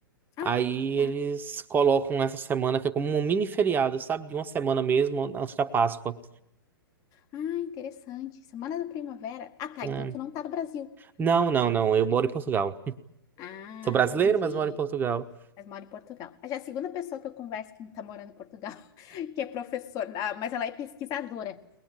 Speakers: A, on the left; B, on the right.
A: Ah,
B: Aí
A: tá.
B: eles colocam essa semana, que é como um mini feriado, sabe? De uma semana mesmo, antes da Páscoa.
A: Ah, interessante. Semana da primavera. Ah, tá.
B: É.
A: Então tu não tá no Brasil.
B: Não, não, não. Eu moro em Portugal. <laughs>
A: Ah,
B: Sou brasileiro,
A: entendi.
B: mas moro em Portugal.
A: Mas mora em Portugal. Já é a segunda pessoa que eu converso que tá morando em Portugal. que é professora, ah, mas ela é pesquisadora.